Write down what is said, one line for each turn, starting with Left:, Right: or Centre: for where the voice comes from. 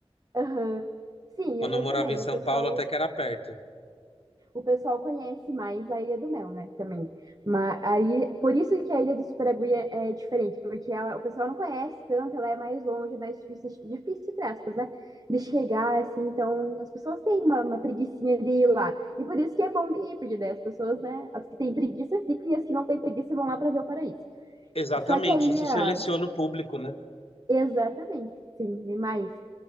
Right: aham, sim,
Left: Quando
Right: eu, eu
Left: eu morava
Right: também,
Left: em São
Right: o pessoal
Left: Paulo, até que era perto.
Right: o pessoal conhece mais a Ilha do Mel, né? Também. Mas aí, por isso que a Ilha do Superagui é, é diferente, porque ela, o pessoal não conhece tanto, ela é mais longe, mais difícil, difícil, entre aspas, né? De chegar, assim, então as pessoas têm uma, uma preguiçinha de ir lá. E por isso que é bom de ir, porque daí as pessoas, né? As que têm preguiça ficam e as que não têm preguiça vão lá para ver o paraíso.
Left: Exatamente,
Right: Só que a ilha,
Left: isso seleciona o público, né?
Right: exatamente, sim, demais.